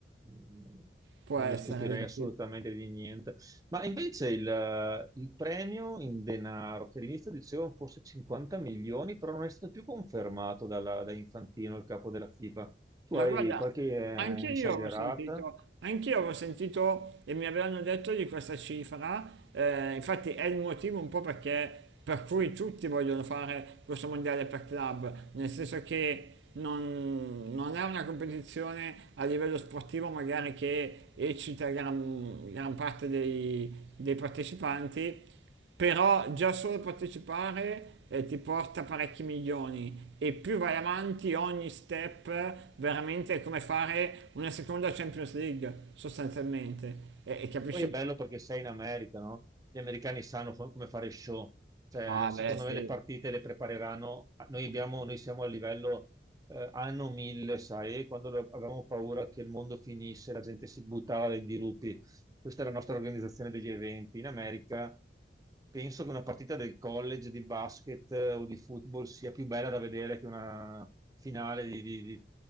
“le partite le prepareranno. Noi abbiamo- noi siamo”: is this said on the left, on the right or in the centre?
Right